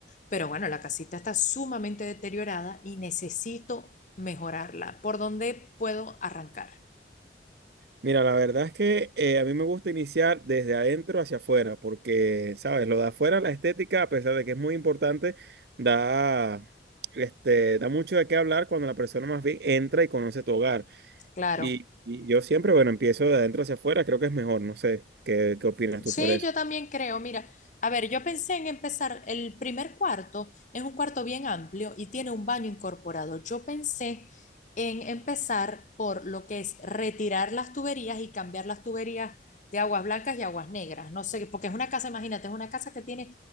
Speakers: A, on the left; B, on the right.
A: pero bueno, la casita está sumamente deteriorada y necesito mejorarla. ¿Por dónde puedo arrancar?
B: Mira, la verdad es que eh, a mí me gusta iniciar desde adentro hacia afuera, porque, ¿sabes? Lo de afuera, la estética, a pesar de que es muy importante, da, este, da mucho de qué hablar cuando la persona más bien entra y conoce tu hogar.
A: Claro.
B: Y, y yo siempre, bueno, empiezo de adentro hacia afuera, creo que es mejor, no sé, ¿qué, qué opinas
A: Sí,
B: tú sobre eso?
A: yo también creo. Mira, a ver, yo pensé en empezar, el primer cuarto es un cuarto bien amplio y tiene un baño incorporado. Yo pensé en empezar por lo que es retirar las tuberías y cambiar las tuberías de aguas blancas y aguas negras. No sé, porque es una casa, imagínate, es una casa que tiene